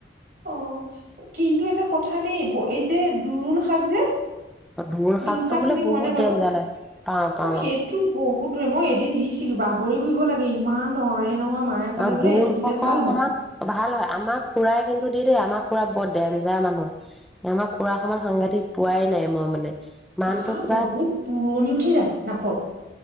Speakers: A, on the right; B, in the centre.
A: অ' কিন্তু এটা কথা দেই এই যে দোৰুণ শাক যে
B: দোৰুণ
A: দোৰোণ
B: শাকটো
A: শাক
B: বোলে
A: চিনি পোৱা
B: বহুত
A: নে বাৰু?
B: ডেঞ্জাৰ আছে৷ পাওঁ পাওঁ।
A: অ', সেইটো বহুত মই এদিন দিছিলো বাগৰি ফুৰিব লাগে ইমান ধৰে নহয়। মায়ে ক'লে
B: অ'
A: বোলে
B: দোৰুণ
A: এইটো দিলে
B: শাকৰ
A: ভাল
B: অকনমান
A: হয়।
B: ভাল হয় আমাৰ খুৰাই কিন্তু দি দিয়ে আমাৰ খুৰা বৰ ডেঞ্জাৰ মানুহ। আমাৰ খুৰা সমান সাংঘাতিক পোৱাই নাই মই মানে। মানুহটো
A: আঃ
B: কিবা
A: বহুত পুৰণি উঠি যায় নাকত।